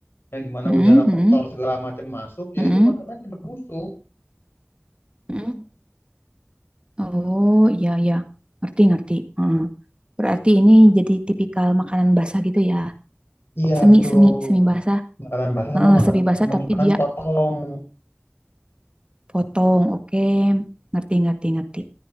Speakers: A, on the left; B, on the right.
A: yang dimana
B: Hmm,
A: udara
B: hmm,
A: kotor segala macam masuk, ya
B: hmm,
A: itu makanan cepet busuk.
B: hmm. Oh iya iya, ngerti ngerti. Heeh. Berarti ini jadi tipikal makanan basah gitu ya?
A: Iya,
B: semi
A: betul.
B: semi semi basah
A: Makanan basah sama
B: Heeh,
A: makanan
B: semi basah
A: sama
B: tapi
A: makanan
B: dia
A: potong.
B: potong oke ngerti ngerti ngerti